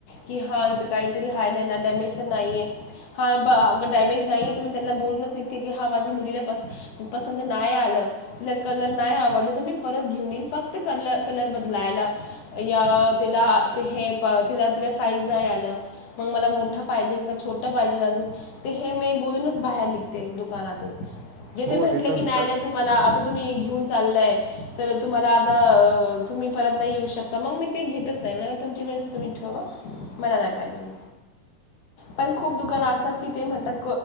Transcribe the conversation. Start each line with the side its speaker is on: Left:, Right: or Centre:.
Left: कि हा इथ काहीतरी आहेा नाही ना डॅमेज तर नाहीये हा अग डॅमेज नाहीये तर मी त्यांना बोलूनच निघते की हा माझी मुलीला पस पसंद नाही, आलं तिला कलर नाही आवडलं, तर मी परत घेऊन येईन फक्त कल कलर बदलायला. या तिला ते हे तिला तिला साईज नाही आलं, मग मला मोठ पाहिजे का छोटं पाहिजे अजून ते हे मी बोलूनच बाहेर निघते दुकानातून. जे
Right: हो
Left: म्हटले
Right: ते तर
Left: की
Right: होतात
Left: नाही नाही तुम्हाला आता तुम्ही घेऊन. चाललंय तर तुम्हाला आता तुम्ही परत नाही येऊ शकता. मग मी ते घेतच नाही म्ह तुमच्याकडे तुम्ही ठेवा मला नाही पाहिजे, पण खूप दुकान असतात की ते म्हणतात,